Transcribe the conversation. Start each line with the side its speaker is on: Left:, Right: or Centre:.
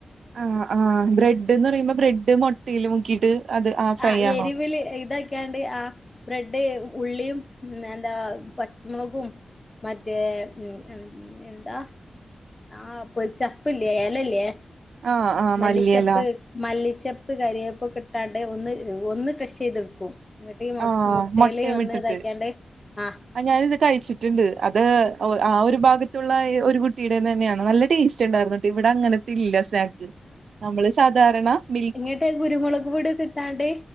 Right: ആഹ് ആഹ് ബ്രെഡ് എന്ന് പറയുമ്പോ ബ്രെഡ് മൊട്ടയിൽ മുക്കീട്ട് അത് ആ ഫ്രൈ
Left: ആ
Right: ആണോ
Left: എരിവില് ഇതാക്യാണ്ട് ആ ബ്രെഡ് ഉള്ളിയും ഉം എന്താ പച്ചമുളകും മറ്റേ <unintelligible> എന്താ ആ പ്പൊ ചപ്പില്ലേ എലല്ലേ
Right: ആഹ് ആഹ്
Left: മല്ലിച്ചപ്പ്
Right: മല്ലിയെല
Left: മല്ലിച്ചപ്പ് കരിവേപ്പൊക്കെട്ടാണ്ട് ഒന്ന് ഒന്ന് ക്രഷീതെടുക്കും ഇന്നട്ടീ മു
Right: ആഹ്
Left: മുട്ടെല്
Right: മൊട്ടയും
Left: ഒന്ന്
Right: ഇട്ടിട്ട്
Left: ഇതാക്കിയാണ്ട് ആഹ്
Right: ആ ഞാനത് കഴിച്ചിട്ട്ണ്ട് അത് ആ ഒരു ഭാഗ ത്തുള്ള ഒരു കുട്ടിയിടെന്ന്ന്നെയാണ് നല്ല ടേസ്റ്റ്ണ്ടായിരുന്നുട്ടാ ഇവിടെ അങ്ങനത്തെ ഇല്ലസ്‌ നമ്മള് സാധാരണ മിൽ
Left: ഇന്നിട്ട് കുരുമുളക് പൊടിയൊക്കെട്ടാണ്ട്